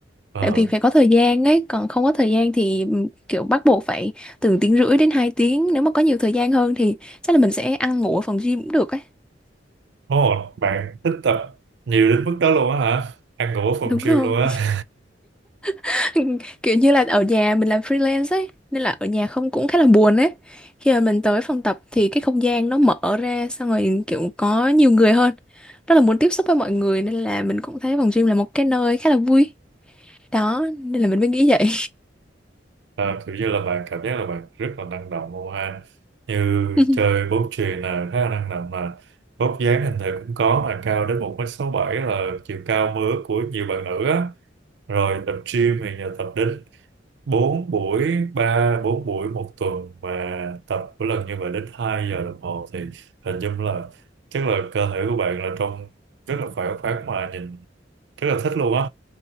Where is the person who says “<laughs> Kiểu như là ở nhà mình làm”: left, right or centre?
Centre